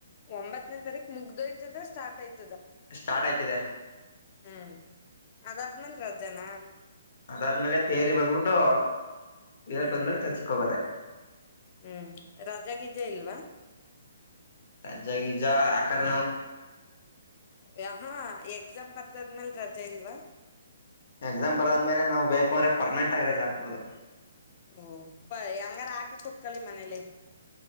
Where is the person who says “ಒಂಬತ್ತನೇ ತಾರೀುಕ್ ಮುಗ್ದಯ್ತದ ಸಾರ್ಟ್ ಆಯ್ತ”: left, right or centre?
Left